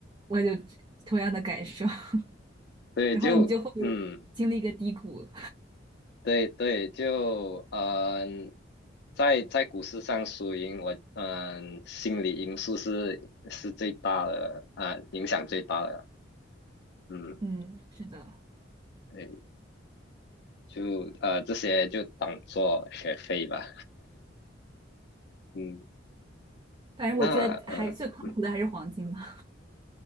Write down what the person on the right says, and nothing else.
我有同样的感受，<laughs>
然后你就会
经历一个低谷。
嗯，是的，
反正我觉得还最靠谱的还是黄金嘛。